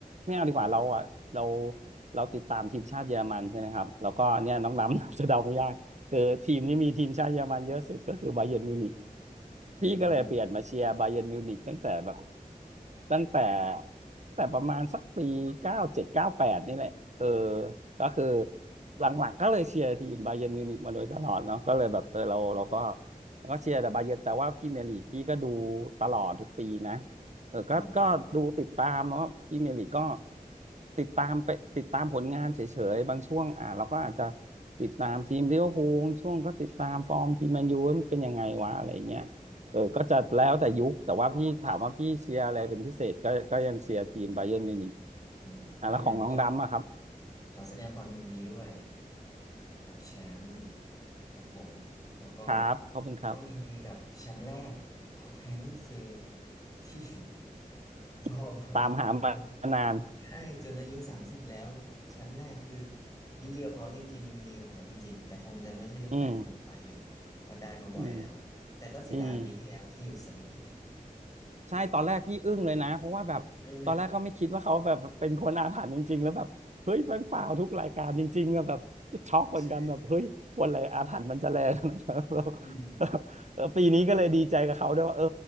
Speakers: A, on the right (about 50°); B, on the left (about 25°).
A: ไม่เอาดีกว่าเราอ่ะเราเราติดตามทีมชาติเยอรมันใช่ไหมครับแล้วก็เนี่ยน้องล้ำ <laughs> จะเดาไม่ยากคือทีมที่มีทีมชาติเยอรมันเยอะสุดก็คือบาเยิร์นมิวนิก
B: อืม
A: พี่ก็เลยเปลี่ยนมาเชียร์บาเยิร์นมิวนิกตั้งแต่แบบ ตั้งแต่แต่ประมาณสักปีเก้าเจ็ดเก้าแปดนี่แหละเออก็คือหลังๆก็เลยเชียร์ทีมบาเยิร์นมิวนิกมาโดยตลอดเนาะก็เลยแบบเออเราเราก็เราก็เชียร์แต่บาเยิร์นแต่ว่าพรีเมียร์ลีกพี่ก็ดูตลอดทุกปีนะเออก็ก็ดูติดตามแล้วพรีเมียร์ลีกก็
B: อืมอืม
A: ติดตามไปติดตามผลงานเฉยๆบางช่วงอ่าเราก็อาจจะติดตามทีมลิเวอร์พูลช่วงก็ติดตามฟอร์มทีมแมนยูว่ามันเป็นยังไงวะอะไรเงี้ย
B: โอเค
A: เออก็จะแล้วแต่ยุค แต่ว่าพี่ถามว่าพี่เชียร์อะไรเป็นพิเศษก็ก็ยังเชียร์ทีมไบเยิร์นมิวนิก
B: อืมเพราะอย่างนั้นก็
A: อ่ะแล้วของน้องดำอะครับ
B: ขอแสดงความยินดีด้วย กับแชมป์ครับผมแล้วก็
A: ครับขอบคุณครับ
B: ต้องยินดีกับแชมป์แรกของแฮร์รี่เคนที่ <laughs> รอมาจน
A: <laughs> ตามหามานาน
B: ใช่จนอายุสามสิบแล้วแชมป์แรกคือยินดีกับเขาจริงๆยินดีกับเขาจริงๆแต่คงจะไม่ใช่เรื่องแปลกสำหรับบาเยิร์นเพราะได้มาบ่อยแล้วแต่ก็เสียดายปีที่แล้วที่หยุดสถิติ
A: อืมอืมอืม ใช่ตอนแรกพี่อึ้งเลยนะเพราะว่าแบบตอนแรกก็ไม่คิดว่าเขาแบบเป็นคนอาถรรพ์จริงๆแล้วแบบเฮ้ยมันฝ่าวทุกรายการจริงๆอะแบบช็อกเหมือนกันแบบเฮ้ยคนอะไรอาถรรพ์มันจะแรงขนาดนั้น
B: เออ <laughs> ใช่
A: <laughs> แบบ
B: อืม
A: เออปีนี้ก็เลยดีใจกับเขาด้วยว่าเออ